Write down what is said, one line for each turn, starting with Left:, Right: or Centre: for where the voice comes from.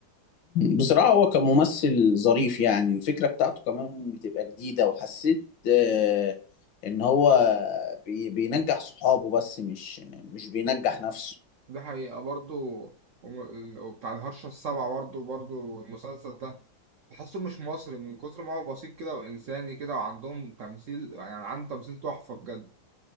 Left: بصراحة هو كممثل ظريف يعني الفكرة بتاعته كمان بتبقى جديدة وحسيت آه، إن هو بي- بينجح صحابه بس مش مش بينجح نفسه
Right: دي حقيقة برضو وم- وبتاع الهرشة السبعة برضو برضو المسلسل ده تحسه مش مصري من كتر ما هو بسيط كده وإنساني كده وعندهم تمثيل يعني عنده تمثيل تحفة بجد